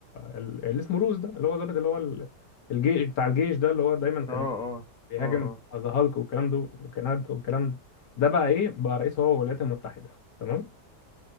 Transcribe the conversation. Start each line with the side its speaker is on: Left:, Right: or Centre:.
Left: ال- اللي اسمه روس ده اللي هو ضابط اللي هو ال- الجيش بتاع الجيش ده اللي هو دايما كان
Centre: اه اه
Left: بيهاجم
Centre: اه اه
Left: ذا هالك والكلام دول والكلام ده والكلام ده ده بقى ايه بقى رئيس هو الولايات المتحدة تمام